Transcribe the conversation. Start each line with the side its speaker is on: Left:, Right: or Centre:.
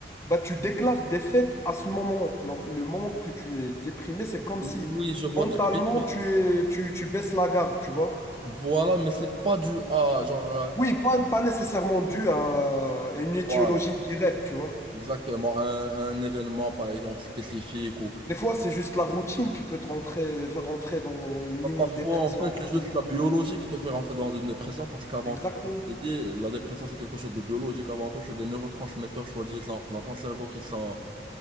Left: bah tu déclares défaite à ce moment. Alors, Le moment que tu es déprimé, c'est comme
Right: Oui,
Left: si
Right: je vois
Left: mentalement
Right: très bien, mais
Left: tu es, tu, tu baisses la garde, tu vois.
Right: voilà, mais c'est pas dû à genre. euh,
Left: Oui, pas, pas nécessairement dû à, à une étiologie
Right: voilà.
Left: directe, tu vois.
Right: Exactement, un, un événement par exemple spécifique ou
Left: Des fois, c'est juste la routine qui peut te rentrer, faire rentrer dans une mini-dépression,
Right: Bah, parfois en fait
Left: on va
Right: c'est juste
Left: dire.
Right: la biologie qui te fait rentrer dans une dépression parce qu'avant
Left: Exactement.
Right: tout, comme je t'ai dit, la dépression c'est quelque chose de biologique, avant tout c'est des neurotransmetteurs soi-disant dans ton cerveau qui sont,